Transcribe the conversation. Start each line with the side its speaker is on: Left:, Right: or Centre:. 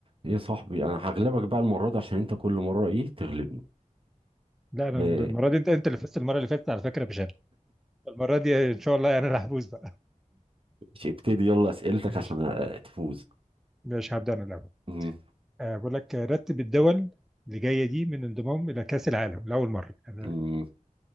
Right: ايه يا صاحبي انا هغلبك بقى المره دي عشان انت كل مره ايه تغلبني
Centre: لا انا
Right: آه،
Centre: المره دي انت انت اللي فزت المره اللي فاتت على فكره مش انا المره دي ان شاء الله انا اللي هفوز بقى
Right: مش ابتدي يلا اسئلتك
Centre: <laughs> ماشي
Right: عشان آه، تفوز
Centre: ماشي هبدا انا الاول
Right: مم،
Centre: آه، بقول لك آه، رتب الدول اللي جايه دي من انضمام الى كاس العالم لاول مره يعني
Right: مم،